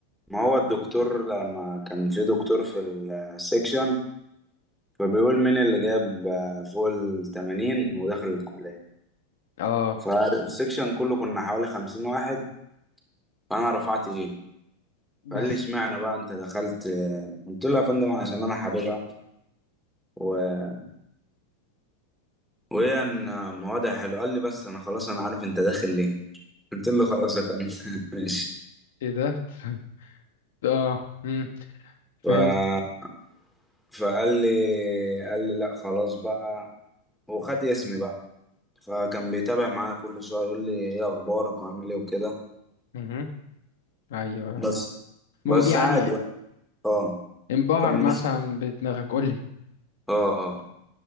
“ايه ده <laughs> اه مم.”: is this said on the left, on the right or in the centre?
Left